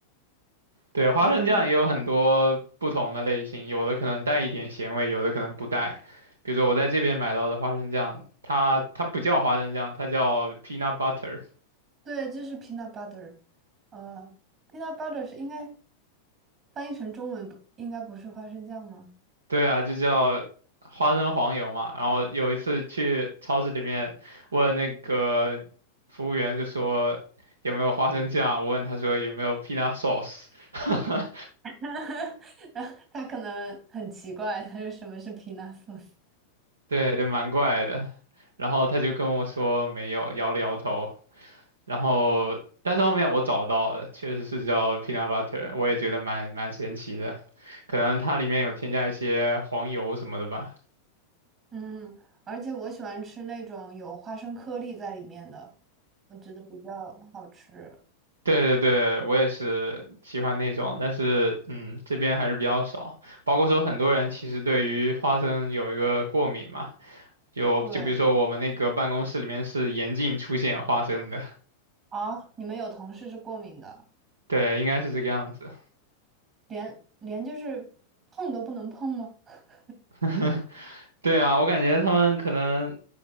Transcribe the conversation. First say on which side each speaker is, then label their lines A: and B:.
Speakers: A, on the right (about 75°); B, on the right (about 30°).
A: 对，
B: <laughs>
A: 花生酱也有很多不同的类型，
B: 我觉得
A: 有的可能带一点咸味，有的可能不带。比如说我在这边买到的花生酱，它它不叫花生酱，它叫 peanut butter。
B: 对，就是 peanut butter，呃，peanut butter 是应该翻译成中文不应该不是花生酱吗？
A: 对啊，就叫花生黄油嘛。然后有一次去超市里面问那个服务员，就说有没有花生酱，我问他说有没有 peanut sauce，<laughs>
B: <laughs> 然后他可能很奇怪，他说什么是皮纳素斯？
A: 对，就蛮怪的。然后他就跟我说没有，摇了摇头。然后但是后面我找到了，确实是叫 peanut butter，我也觉得蛮蛮神奇的，可能它里面有添加一些黄油什么的吧。
B: 嗯，而且我喜欢吃那种有花生颗粒在里面的，我觉得比较好吃。
A: 对对对，我也是喜欢那种，但是嗯，这边还是比较少。包括说很多人其实对于花生有一个过敏嘛，有就比如说我们那个办公室里面是严禁出现花生的，
B: 对啊，你们有同事是过敏的，
A: 对，应该是这个样子。
B: 连连就是碰都不能碰吗？<laughs>
A: <laughs> 对啊，我感觉他们可能